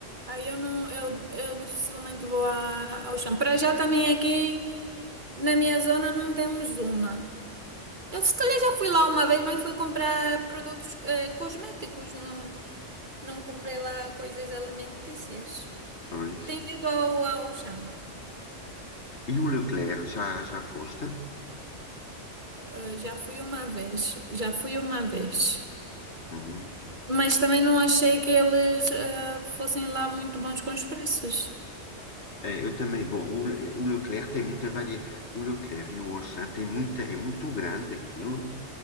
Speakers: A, on the right (about 40°); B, on the left (about 65°).
A: Aí eu não. Eu, eu dificilmente vou a, ao chão. Para já também aqui na minha zona não temos uma. Eu se calhar já fui lá uma vez, mas fui comprar produtos eh, cosméticos. Não, não comprei lá coisas alimentícias.
B: Pois.
A: Tem vindo ao, ao Auchan?
B: E o Leclerc, já, já foste?
A: eh, Já fui uma vez, já fui uma vez.
B: Uhum.
A: Mas também não achei que eles eh, fossem lá muito bons com os preços.
B: Eh, Eu também, bom, o, Le- o Leclerc tem muita varia. O Leclerc e o Auchan tem muita, é muito grande aquilo.